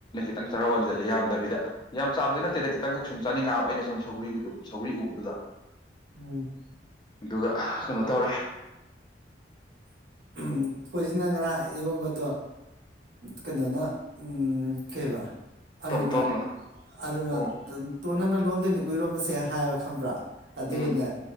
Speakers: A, on the left; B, on the right.
A: ꯈꯤꯇꯪ ꯆꯔꯥ ꯋꯥꯟꯁꯤꯜꯂꯦ ꯌꯥꯝꯗꯕꯤꯗ ꯌꯥꯝ ꯆꯥꯕꯗꯤꯩ ꯅꯠꯇꯦꯗ ꯈꯤꯇꯪꯈꯛ ꯁꯨꯝ ꯆꯥꯅꯤꯡꯉꯛꯑꯕ ꯑꯩꯅ ꯁꯨꯝ ꯁꯧꯒ꯭ꯔꯤꯒꯤ ꯑꯗꯨꯝ ꯁꯧꯒ꯭ꯔꯤ ꯎꯕꯗꯨꯗ
B: ꯎꯝ
A: ꯑꯗꯨꯒ ꯀꯩꯅꯣ ꯇꯧꯔꯦ
B: ꯎꯝ ꯊꯣꯏꯁꯤꯅ ꯉꯔꯥ ꯏꯔꯣꯟꯝꯕꯗꯣ ꯀꯩꯅꯣꯅ ꯀꯩꯕ ꯑꯔꯨꯅꯥ
A: ꯇꯣꯝ ꯇꯣꯝꯂꯣ
B: ꯑꯔꯨꯅꯥ
A: ꯑꯣ
B: ꯇꯣꯅꯥꯅ ꯂꯣꯟ ꯑꯗꯨꯅꯤ ꯀꯨꯏꯔꯣꯝ ꯑꯁꯦ ꯍꯥꯏꯕ ꯈꯪꯕ꯭ꯔꯥ ꯑꯗꯨꯒꯅꯦ
A: ꯎꯝ